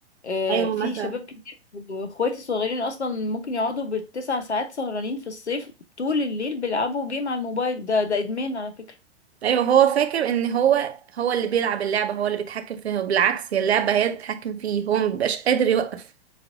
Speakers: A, on the left; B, on the right.
A: آه،
B: ايوه
A: في
B: مثلا
A: شباب كتير واخواتي الصغيرين اصلا ممكن يقعدوا بالتسع ساعات سهرانين في الصيف طول الليل بيلعبوا جيم على الموبايل ده ده ادمان على فكرة
B: ايوه هو فاكر ان هو هو اللي بيلعب اللعبه هو اللي بيتحكم فيها وبالعكس هي اللعبه هي اللي بتتحكم فيه هو مبيبقاش قادر يوقف